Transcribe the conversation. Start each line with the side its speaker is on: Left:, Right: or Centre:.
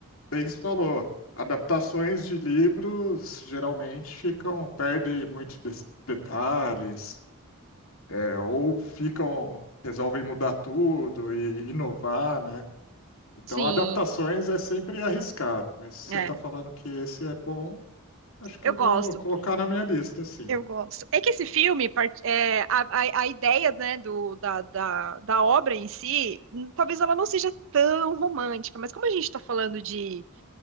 Left: Biggs falou, adaptações de livros geralmente ficam, perdem muitos des- detalhes. É, ou ficam, resolvem mudar tudo e inovar, né? Então,
Right: Sim,
Left: adaptações é sempre arriscado, mas se
Right: é,
Left: você está falando que esse é bom, acho que
Right: eu
Left: eu
Right: gosto.
Left: vou colocar na minha lista, sim.
Right: Eu gosto. É que esse filme, part- é, a, a, a ideia, né, do, da, da, da obra em si, hum, talvez ela não seja tão romântica, mas como a gente está falando de